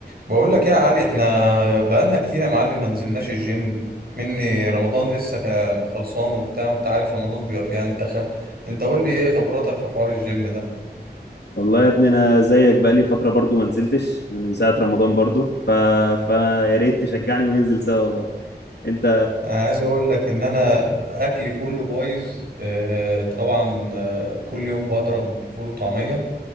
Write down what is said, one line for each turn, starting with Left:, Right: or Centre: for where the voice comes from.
Right: بقول لك ايه يا علي احنا بقالنا كتير يا معلم ما نزلناش الجيم مني رمضان لسه كا- خلصان وبتاع وانت عارف رمضان بيبقى فيه انتخى انت قول لي ايه خبراتك في حوار الجيم ده
Left: والله يا ابني انا زيك بقالي فتره برضو ما نزلتش من ساعه رمضان برضو ف... فانا يا ريت تشجعني وننزل سوا والله انت
Right: انا عايز اقول لك ان انا اكلي كله بايظ اه طبعا آه، كل يوم بضرب فول وطعمية